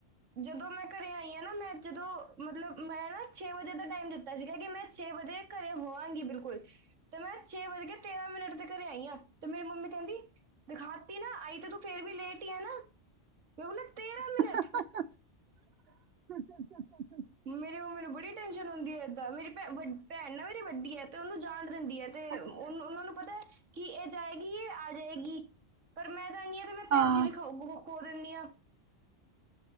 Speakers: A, on the right (about 80°); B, on the right (about 60°).
A: ਜਦੋਂ ਮੈਂ ਘਰੇ ਆਈ ਆ ਨਾ ਮੈਂ ਜਦੋਂ ਮਤਲਬ ਮੈਂ ਨਾ ਛੇ ਵਜੇ ਦਾ ਟਾਈਮ ਦਿੱਤਾ। ਤਾਂ ਸੀਗਾ ਕਿ ਮੈਂ ਛੇ ਵਜੇ ਘਰੇ ਹੋਆਂਗੀ ਬਿਲਕੁਲ। ਤੇ ਮੈਂ ਛੇ ਵੱਜ ਕੇ ਤੇਰਾਂ ਮਿੰਟ ਤੇ ਘਰੇ ਆਈ ਆ ਤੇ ਮੇਰੀ ਮੰਮੀ ਕਹਿੰਦੀ ਦਿਖਾਤੀ ਨਾ ਆਈ ਤੇ ਤੂੰ ਫੇਰ ਵੀ ਲੇਟ ਈ ਆ ਨਾ। <unintelligible>
B: <inaudible>
A: ਮਿੰਟ ਮੇਰੀ ਮੰਮੀ ਨੂੰ ਬੜੀ ਟੈਨਸ਼ਨ ਹੁੰਦੀ ਐ ਏਦਾਂ ਮੇਰੀ ਭੈ ਭੈਣ ਨਾ ਮੇਰੀ ਵੱਡੀ ਐ ਤੇ ਉਹਨੂੰ ਜਾਣ ਦਿੰਦੀ ਐ। ਤੇ
B: ਅੱਛਾ
A: ਓਨਾਂ ਓਨਾਂ ਨੂੰ ਪਤਾ ਕਿ ਇਹ ਜਾਏਗੀ ਇਹ ਆ ਜਾਏਗੀ ਪਰ ਮੈਂ ਜਾਣੀ ਆ। ਤੇ ਮੈਂ ਪੈਸੇ
B: ਹਾਂ
A: ਵੀ ਖ ਖ ਖੋ ਦਿਨੀ ਆ।